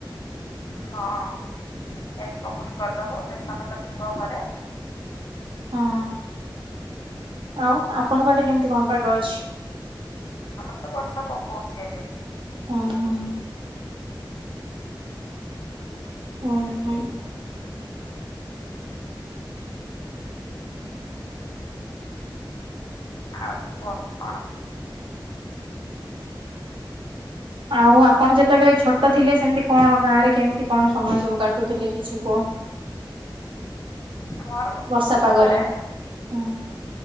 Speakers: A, on the left; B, on the right.
A: ହଁ ପିଆଜି ପକୁଡି କରିଦବ ବେସନ ତ ଥିବ ଘରେ।
B: ହଁ। ଆଉ ଆପଣଙ୍କ ଆଡେ କେମିତି କଣ ପାଗ ଅଛି।
A: ଆମର ତ ବର୍ଷା ପକଉଛି ଏବେ।
B: ହଁ ହଁ। ହଁ ହଁ।
A: ଆଉ କୁହ କଣ?
B: ଆଉ ଆପଣ ଯେତେଳେ ଛୋଟ ଥିଲେ ସେମିତି କଣ ଗାଁ ରେ କେମିତି କଣ ସମୟ ସବୁ କାଟୁଥିଲେ କିଛି କୁହ।
A: ମୋର
B: ବର୍ଷା
A: ଛୋଟବେେଳେ
B: ପାଗରେ ହୁଁ